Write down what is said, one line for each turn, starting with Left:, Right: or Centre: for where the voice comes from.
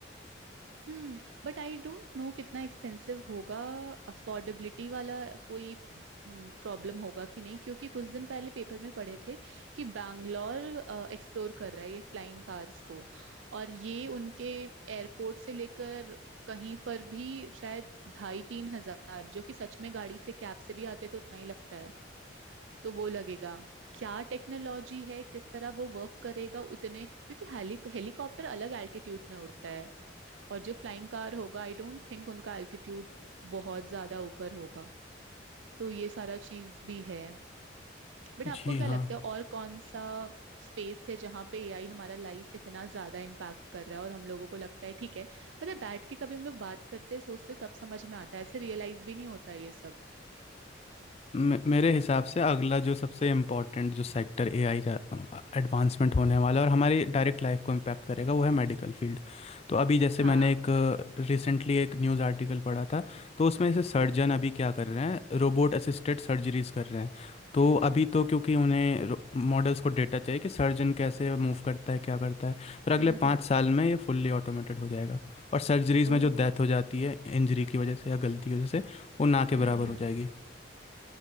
Right: हम्म बट आई डोंट नो कितना एक्सपेंसिव होगा अफोर्डेबिलिटी वाला कोई प्रॉब्लम होगा कि नहीं क्योंकि कुछ दिन पहले पेपर में पढ़े थे कि बैंगलोर एक्सप्लोर कर रहा है ये फ्लाइंग कार्स को और ये उनके एयरपोर्ट से लेकर कहीं पर भी शायद ढाई तीन हजार जो कि सच में गाड़ी से कैब से भी आते तो उतना ही लगता है तो वो लगेगा क्या टेक्नोलॉजी है किस तरह वो वर्क करेगा उतने क्योंकि हेली हेलीकॉप्टर अलग एल्टीट्यूड में उड़ता है और जो फ्लाइंग कार होगा आई डोंट थिंक उनका एल्टीट्यूड बहुत ज्यादा ऊपर होगा तो ये सारा चीज भी है बट
Left: जी
Right: आपको क्या
Left: हाँ
Right: लगता है और कौन सा स्पेस है जहाँ पे एआई हमारा लाइफ इतना ज्यादा इम्पैक्ट कर रहा है और हम लोगों को लगता है ठीक है पता है बैठ के कभी हम लोग बात करते सोचते तब समझ में आता है ऐसे रियलाइज भी नहीं होता ये सब
Left: मे- मेरे हिसाब से अगला जो सबसे इम्पोर्टेंट जो सेक्टर एआई का एडवांसमेंट होने वाला है और हमारी डायरेक्ट लाइफ को इम्पैक्ट करेगा वो है मेडिकल फील्ड तो अभी जैसे
Right: हाँ
Left: मैंने एक रिसेंटली एक न्यूज़ आर्टिकल पढ़ा था तो उसमें से सर्जन अभी क्या कर रहे हैं रोबोट असिस्टेड सर्जरीज कर रहे हैं तो अभी तो क्योंकि उन्हें मॉडल्स को डेटा चाहिए कि सर्जन कैसे मूव करता है क्या करता है पर अगले
Right: हम्म
Left: पाँच
Right: हम्म
Left: साल में ये फुल्ली ऑटोमेटेड हो जाएगा और सर्जरीज में
Right: ओ
Left: जो डेथ हो जाती है इंजरी की वजह से या गलती की वजह से वो ना के
Right: हम्म
Left: बराबर
Right: हम्म
Left: हो जाएगी